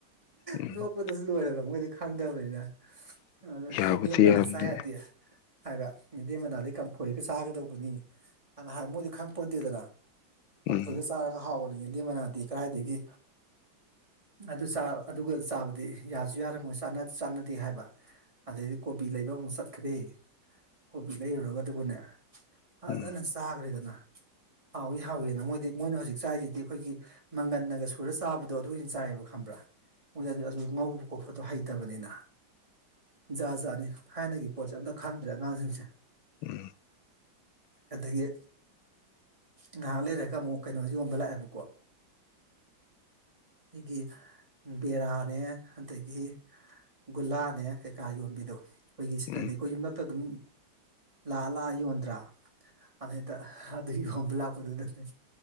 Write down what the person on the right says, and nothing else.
ꯅꯣꯛꯄꯗꯁꯨ ꯂꯣꯏꯔꯕ ꯃꯣꯏꯗꯤ ꯈꯪꯗꯕꯅꯤꯅ ꯑꯗꯨ
ꯌꯦꯟꯗ‌ꯦꯝ ꯃꯅꯥꯗꯤ
ꯆꯥ ꯌꯥꯗꯦ ꯍꯥꯏꯕ ꯌꯦꯟꯗ‌ꯦꯝ ꯃꯅꯥꯗꯤ ꯀꯝꯐꯣꯏ ꯆꯥꯒꯗꯧꯕꯅꯤ ꯍꯥꯏꯅ ꯍꯥꯏ ꯃꯣꯏꯗꯤ ꯈꯪꯄꯣꯠꯗꯦꯗꯅ ꯀꯝꯐꯣꯏꯒ
ꯆꯥ ꯒ ꯍꯥꯎꯕꯅꯤ ꯌꯦꯟꯗ‌ꯦꯝ ꯃꯅꯥꯗꯤ ꯀꯔꯥꯏꯗꯒꯤ ꯑꯗꯨ ꯆꯥ ꯑꯗꯨꯒ ꯆꯥꯕꯗꯤ ꯌꯥꯁꯨ ꯌꯥꯔꯝꯃꯣꯏ ꯆꯥꯟꯅꯁꯨ ꯆꯥꯟꯅꯗꯦ ꯍꯥꯏꯕ ꯑꯗꯩꯗꯤ ꯀꯣꯕꯤ ꯂꯩꯕ ꯑꯃꯨꯛ ꯆꯠꯈ꯭ꯔꯦ ꯀꯣꯕꯤ ꯂꯩꯔꯨꯔꯒ ꯑꯗꯨꯒꯅꯦ ꯐꯖꯅ
ꯆꯥꯈꯔꯦꯗꯅ ꯍꯥꯎꯋꯤ ꯍꯥꯎꯋꯤꯅ ꯃꯣꯏꯗꯤ ꯃꯣꯏꯅ ꯍꯧꯖꯤꯛ ꯆꯥꯏꯁꯤꯗꯤ ꯑꯩꯈꯣꯏꯒꯤ ꯃꯪꯒꯟꯅꯒ ꯁꯨꯔ ꯆꯥꯕꯗꯣ ꯑꯗꯨ ꯑꯣꯏꯅ ꯆꯥꯏꯌꯦꯕ ꯈꯪꯕ꯭ꯔꯥ ꯃꯣꯏꯗꯤ ꯑꯗꯨ ꯉꯧꯕ ꯈꯣꯠꯄꯗꯣ ꯍꯩꯇꯕꯅꯤꯅ ꯖꯥꯠ ꯖꯥꯠꯅꯤ ꯊꯥꯏꯅꯒꯤ ꯄꯣꯠꯁꯦ ꯑꯝꯇ ꯈꯪꯗ꯭ꯔꯦ ꯑꯉꯥꯡꯁꯤꯡꯁꯦ
ꯑꯗꯒꯤ ꯉꯍꯥꯛ ꯂꯩꯔꯒ ꯑꯃꯨꯛ ꯀꯩꯅꯣꯁꯤ ꯌꯣꯟꯕ ꯂꯥꯛꯑꯦꯕꯀꯣ ꯑꯩꯈꯣꯏꯒꯤ ꯕꯦꯔꯥꯅꯦ ꯑꯗꯒꯤ ꯒꯨꯜꯂꯥꯅꯦ ꯀꯩꯀꯥ ꯌꯣꯟꯕꯤꯗꯣ ꯑꯩꯈꯣꯏꯒꯤ ꯁꯤꯗꯗꯤ
ꯑꯩꯈꯣꯏ ꯌꯨꯝꯂꯛꯇ ꯑꯗꯨꯝ ꯂꯥꯛꯑ ꯂꯥꯛꯑ ꯌꯣꯟꯗ꯭ꯔꯥ ꯑꯗꯩꯗ ꯑꯗꯨꯒꯤ ꯃꯑꯣꯡꯗ ꯂꯥꯛꯄꯗꯨꯗꯅꯦ